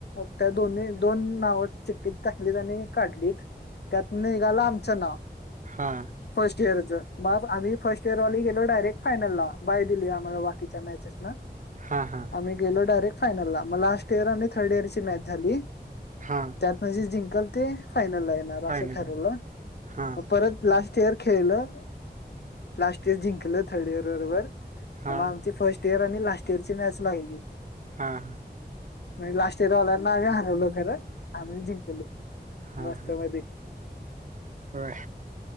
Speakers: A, on the left (about 70°); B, on the right (about 45°).
A: - त्या दोन्ही दोन नाव चिट्टीत टाकलीत आणि काढलीत, त्यात निघाला आमचं नाव
B: हा
A: फर्स्ट इयरच. - मगं आम्ही फर्ट इयर वाले गेलोडयरेक्ट फायनलला बाय दिली्हा बाकीच्या मॅचेस. -
B: हा
A: आम्ही गेलो डायरेक्ट फायनलला मगं लास्ट इयर आणि थर्ड इयर ची मॅच झाली.
B: हा
A: त्यातन जे जिंकल ते. - फायनल ला येणार अस
B: फायनल
A: ठरवलं
B: आहे हा
A: म परत लास्ट. - फस्ट इयर खेळलं लास्ट इयर जिंकलं थर्ड इयर बरोबर. -
B: हा
A: मगं आमची फर्स्ट इयर आणि लास्ट इयरची मॅच लागली.
B: हा.
A: लास्ट इयर वाल्यांना आम्ही हरवलं खरं आम्हीं जिंकलो.
B: हा
A: मस्त
B: हा
A: मध्ये.
B: होय,